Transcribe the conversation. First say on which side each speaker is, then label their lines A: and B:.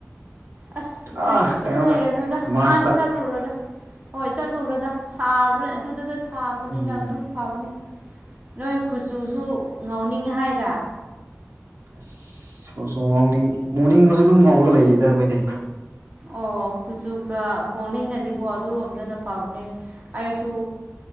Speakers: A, on the right; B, on the right.
A: ꯑꯁ
B: ꯑꯥ
A: ꯄ꯭ꯔꯤꯊꯤꯕꯤꯗ
B: ꯀꯩꯅꯣꯗ
A: ꯂꯩꯔꯅꯨꯗ
B: ꯃꯥꯔꯁꯇ
A: ꯑꯥꯗ ꯆꯠꯂꯨꯔꯣꯗ ꯍꯣꯏ ꯆꯠꯂꯨꯔꯗ ꯁꯥꯕꯅꯦ ꯑꯗꯨꯗꯗ ꯁꯥꯕꯅꯤꯅ
B: ꯎꯝ
A: ꯑꯗꯨꯝ ꯐꯕꯅꯤ ꯅꯣꯏ ꯈꯨꯆꯨ ꯁꯨ ꯉꯧꯅꯤꯡꯉꯦ ꯍꯥꯏꯗꯥꯏ
B: ꯑꯁ ꯁꯨ ꯉꯥꯎꯅꯤꯡ ꯃꯨꯅꯤꯡꯉꯁꯨ ꯑꯗꯨꯝ ꯉꯧꯔꯒ ꯂꯩꯌꯦꯗ ꯑꯩꯈꯣꯏꯗꯤ
A: ꯑꯣ ꯈꯨꯆꯨꯀ ꯍꯣꯡꯅꯤꯡꯉꯗꯤꯀꯣ ꯑꯗꯨꯔꯣꯝꯗꯅ ꯐꯥꯕꯅꯦ ꯑꯩꯁꯨ